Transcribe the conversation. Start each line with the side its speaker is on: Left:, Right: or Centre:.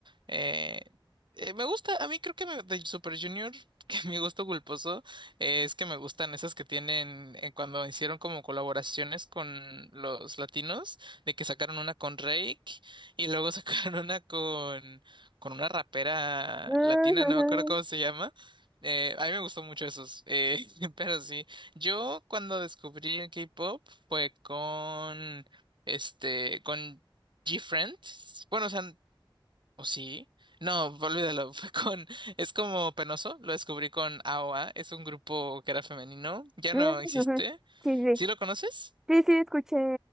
Right: eh, eh, me gusta, a mí creo que me- de Super Junior, <laughs> que mi gusto culposo eh, es que me gustan esas que tienen eh, cuando hicieron como colaboraciones con los latinos, de que sacaron una con Rake y luego <laughs> sacaron una con con una rapera
Centre: Ujujú,
Right: latina, no me acuerdo cómo se llama eh, a mí me gustó mucho esos, eh, <laughs> pero sí, yo cuando descubrí el K-pop fue con, este, con G-Friends, bueno, o sea, o sí, no, olvídalo, <laughs> fue con, es como penoso, lo descubrí con AOA, es un grupo que era femenino, ya
Centre: ujujú.
Right: no existe,
Centre: Sí, sí,
Right: ¿sí lo conoces?
Centre: sí, sí, escuché,